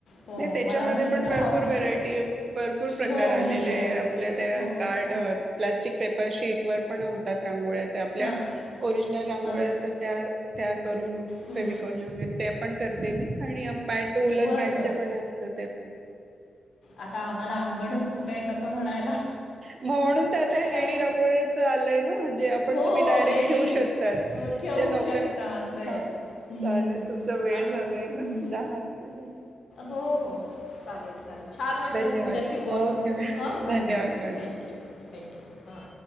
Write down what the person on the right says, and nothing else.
नाही त्याच्यामध्ये
पण भरपूर
व्हरायटी, भरपूर प्रकार
आलेले
आहे. आपले ते
कार्ड-
प्लास्टिक पेपर शीट वर पण होतात रांगोळ्या त्या आपल्या.
ओरिजनल रांगोळ्या
असतात त्या- त्या करून,
फेविकॉलनी वगैरे ते पण करते मी. आणि या मॅट- उलन
मॅटच्या
पण असत. त्या पण.
म्हणून तर आता हे
रेडी रांगोळ्यांचं आलंय ना? जे आ - -पण
तुम्ही डायरेक्ट
ठेवू शकतात.
जे नोकर
-
हं.
चालेल. तुमचा वेळ
झालाय
का? दहा <unintelligible> झाले.
धन्यवाद
ओके मॅडम
मॅडम